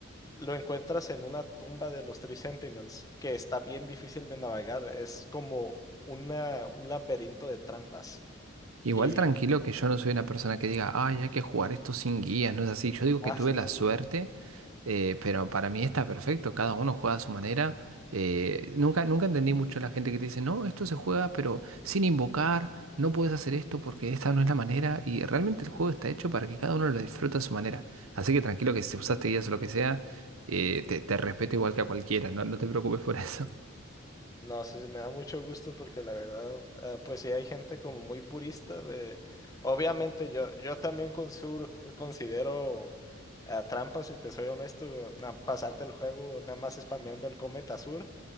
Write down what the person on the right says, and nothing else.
Igual
tranquilo que yo no soy una persona que diga, ay, hay que jugar esto sin guías, no es así. Yo digo
que tuve la suerte, eh, pero para mí está perfecto, cada uno juega a su manera. Eh, nunca, nunca entendí mucho la gente que te dice, no, esto se juega, pero sin invocar, no puedes hacer esto porque esta no es la manera. Y realmente el juego está hecho para que cada uno lo disfrute a su manera. Así que tranquilo que si usaste guías o lo que sea, eh, te, te respeto igual que a cualquiera, no, no te preocupes por <laughs> eso.